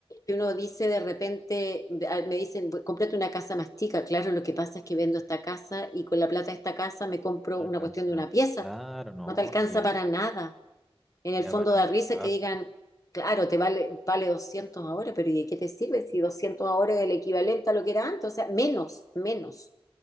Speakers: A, on the left (about 35°); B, in the centre.
A: que uno dice de repente, a- me dicen, "Bu- cómprate una casa más chica. Claro, lo que pasa es que vendo esta casa y con la plata de esta casa me compro
B: no
A: una
B: alcanza.
A: cuestión de una pieza.
B: Claro, no,
A: No te alcanza
B: sería
A: para nada. En
B: sería
A: el fondo
B: para
A: da risa
B: el trabajo.
A: que digan, claro, te vale, vale 200 ahora, pero ¿y de qué te sirve si 200 ahora es el equivalente a lo que era antes? O sea, menos, menos.